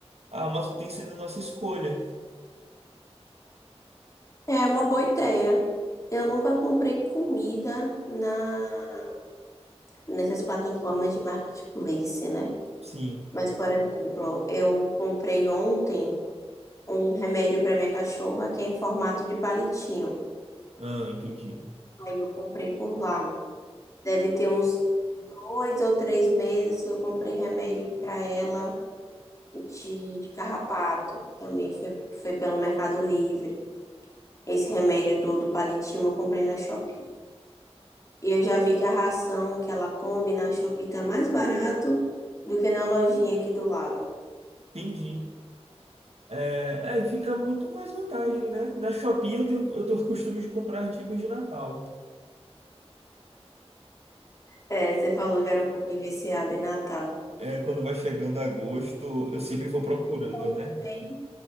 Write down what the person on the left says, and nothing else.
É uma boa ideia. Eu nunca comprei comida na nessas plataformas de marketplace, né?
Mas, por exemplo, eu comprei ontem um remédio para minha cachorra que é em formato de palitinho.
Aí eu comprei por lá. Deve ter uns dois ou três meses que eu comprei remédio para ela de, de carrapato. Também foi, foi pelo Mercado Livre. Esse remédio do, do palitinho eu comprei na Shopee. E eu já vi que a ração que ela come na Shopee tá mais barato do que na lojinha aqui do lado.
É, você falou que era um pouco viciada em Natal.
Eu
também.